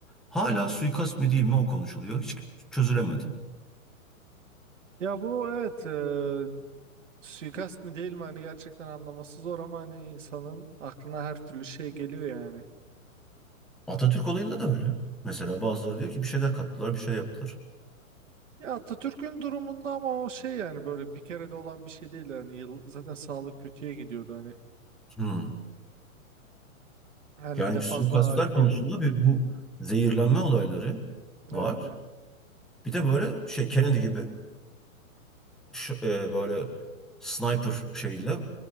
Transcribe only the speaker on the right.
ya bu evet e, suikast mı değil mi hani gerçekten anlaması zor ama hani insanın aklına her türlü şey geliyor yani.
Ya Atatürk'ün durumunda ama o şey yani böyle bir kere de olan bir şey değil yani yıl, zaten sağlık kötüye gidiyordu hani.
Yani
bir de
fazla
alkol
evet,
evet.